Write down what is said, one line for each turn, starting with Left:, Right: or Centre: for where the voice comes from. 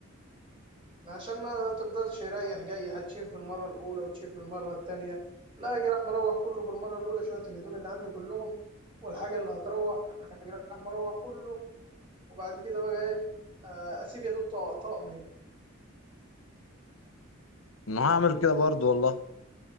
Right: عشان ما تفضلش رايح جاي هتشيل في المره الاولى وتشيل في المره التانيه لا اجي راح مروح كله في المره الاولى شويه الهدوم اللي عندي كلهم والحاجه اللي هتروح اجي راح مروح كله وبعد كده بقى ايه آه، اسيب يا دوب طا- طقم هنا
Left: انا هعمل كده برضه والله